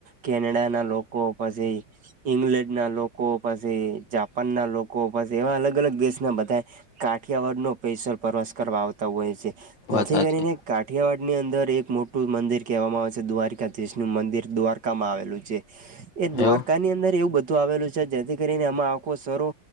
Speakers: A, on the right; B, on the left.
A: કેનેડા ના લોકો પાસી ઈંગ્લેન્ડ ના લોકો પાસી જાપાનના લોકો બસ એવા અલગ અલગ દેશના બધા કાઠિયાવાડ નો સ્પેશલ પ્રવાસ કરવા આવતા હોય છે,
B: વાત
A: જેથી
B: સાચી
A: કરીને કાઠીયાવાડ ની અંદર એક મોટું મંદિર કહેવામાં આવે છે, દ્વારકાધીશ નું મંદિર, દ્વારકામાં આવેલું છે. એ દ્વારકાની
B: એવું
A: અંદર એવું બધું આવેલું છે જેથી કરીને આમાં આખો શરો